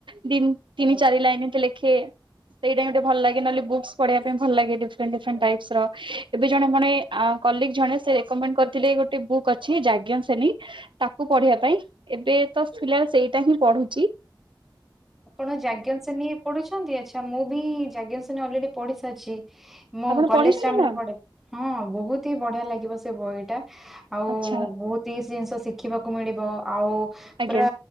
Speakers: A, on the right (about 80°); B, in the centre.
A: ଦି, ତିନି, ଚାରି ଲାଇନ ଏମତି ଲେଖେ। ସେଇଟା ହିଁ ଗୋଟେ ଭଲ ଲାଗ ନହେଲେ ବୁକ୍ସ ପଢିବା ପାଇଁ ଭଲ ଲାଗ <unintelligible> ଡିଫରେଣ୍ଟ ଡିଫରେଣ୍ଟ ଟାଇପ୍ସର, ଏବେ ଜଣେ କଣ ଏ କଲିକ ଜଣେ ସେ ରେକମେଣ୍ଡ କରଥିଲେ ଗୋଟେ ବୁକ୍ ଅଛି ଯା ଜ୍ଞସେନୀ ତାକୁ ପଢିବା ପାଇଁ ଏବେ ତ ଥିଲା ସେଇଟା ହିଁ ପଢୁଚି।
B: <inaudible> ଆପଣ ଯାଜ୍ଞସେନୀ ପଢୁଛନ୍ତି, ଆଚ୍ଛା ମୁଁ ବି ଯାଜ୍ଞସେନୀ ଅଲରେଡି ପଢି ସାରଚି। ମୁଁ
A: ଆପଣ
B: କଲେଜ
A: ପଢିଛନ୍ତି
B: ଟାଇମରେ
A: ମ୍ୟାମ୍
B: ପଢେ, ହଁ ବହୁତ ହି ବଢିଆ ଲାଗିବ ସେ ବହିଟା। ଆଉ
A: ଆଚ୍ଛା
B: ବହୁତି ଜିନଷ ଶିଖିବାକୁ ମିଳିବ, ଆଉ
A: ଆଜ୍ଞା
B: ପୁରା